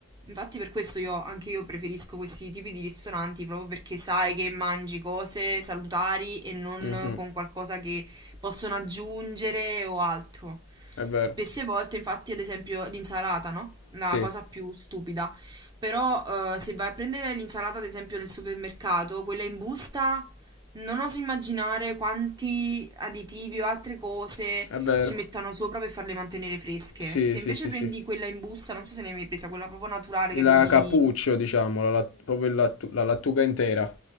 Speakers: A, on the right (about 20°); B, on the left (about 60°).
A: Infatti per questo io, anche io preferisco questi tipi di ristoranti proprio perché sai che mangi cose salutari e non
B: mhm,
A: con qualcosa che possono aggiungere o altro.
B: È vero,
A: Spesse volte, infatti, ad esempio l'insalata, no? La
B: sì,
A: cosa più stupida. Però eh, se vai a prendere l'insalata, ad esempio, nel supermercato, quella in busta, non oso immaginare quanti additivi o altre cose
B: è vero.
A: ci mettano sopra per farle mantenere fresche.
B: Sì,
A: Se
B: sì,
A: invece
B: sì,
A: prendi
B: sì.
A: quella in busta, non so se ne hai mai presa, quella proprio naturale
B: La
A: che devi...
B: cappuccio, diciamo, la lat- proprio il lattu- la lattuga intera.